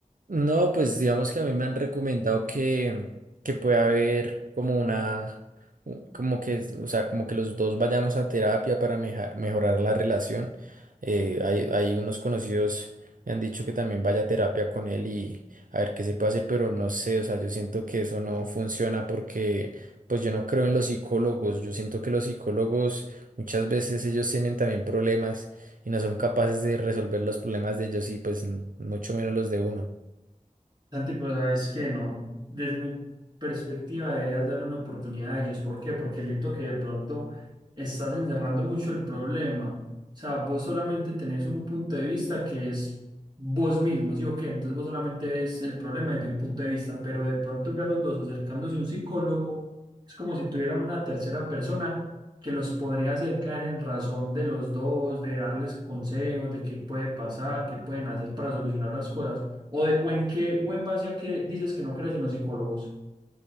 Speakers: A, on the right; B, on the right.
A: No, pues digamos que a mí me han recomendado que, que pueda haber como una, u- como que, es- o sea, como que los dos vayamos a terapia para meja- mejorar la relación. Eh, hay, hay unos conocidos me han dicho que también vaya a terapia con él y a ver qué se puede hacer, pero no sé, o sea, yo siento que eso no funciona porque pues yo no creo en los psicólogos, yo siento que los psicólogos muchas veces ellos tienen también problemas y no son capaces de resolver los problemas de ellos y pues n- mucho menos los de uno.
B: Santi, pero sabes que no, desde mi perspectiva deberías darle una oportunidad a ellos. ¿Por qué? Porque siento que de pronto estás encerrando mucho el problema. O sea, vos solamente tenés un punto de vista que es vos mismo, ¿sí o qué? Entonces vos solamente ves el problema desde un punto de vista, pero de pronto ya los dos acercándose a un psicólogo, es como si tuvieran una tercera persona que los podría hacer caer en razón de los dos, de darles consejos de qué puede pasar, qué pueden hacer para solucionar las cosas. ¿O, de- o en qué, o en base a qué dices que no crees en los psicólogos?